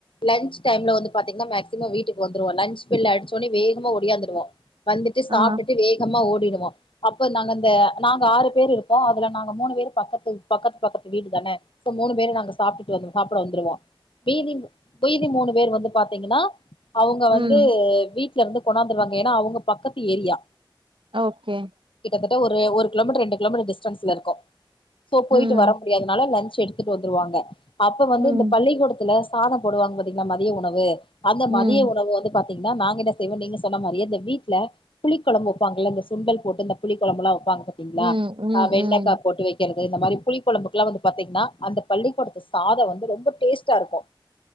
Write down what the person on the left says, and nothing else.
லன்ச் டைம்ல வந்து பாத்தீங்னா மேக்சிமம் வீட்டுக்கு வந்துருவோ லன்ச் பெல் அடிச்சோனே வேகமா ஒடியாந்துடுவோ வந்துட்டு சாப்டுட்டு
வேகமா ஓடிடுவோ அப்ப நாங்க அந்த நாங்க ஆறு பேர் இருக்கோ அதுல நாங்க மூணு பேரு பக்கத்து பக்கத்து பக்கத்து வீடு தானே சோ மூணு பேரு நாங்க சாப்டுட்டு சாப்பிட வந்துருவோ வீதி வீதி மூணு பேர் வந்து பாத்தீங்கனா அவுங்க வந்து
வீட்ல இருந்து கொண்ணாந்துறாங்க ஏனா அவுங்க பக்கத்து ஏரியா
ட்டதட்ட ஒரு ஒரு கிலோமீட்டர் ரெண்டு கிலோமீட்டர் டிஸ்டன்ஸ்ல இருக்கு சோ போயிட்டு
வர முடியாதுனால லஞ்ச் ச் எடுத்துட்டு வந்துருவாங்க அப்ப வந்து
இந்த பள்ளிக்கூடத்துல சாதம் போடுவாங்க பாத்தீங்கனா மதிய உணவு அந்த
மதிய உணவு வந்து பா திங்னா நாங்க என் செய்வோ நீங்க சொன்ன மாரியே இந்த வீட்ல புளி குழம்பு வப்பாங்ள இந்த சுண்டல் போட்டு இந்த புளிகொழம்புலா வப்பாங்க ங்களாஹ்
அ வெண்டைக்கா
போட்டு வை றது இந்த மாரி புளி குழம்புக்குலா வந்து பாத்தீங்னா அந்த பள்ளிக்கூடத்து சாத வந்து ரொம்ப டேஸ்ட்டா இருக்கு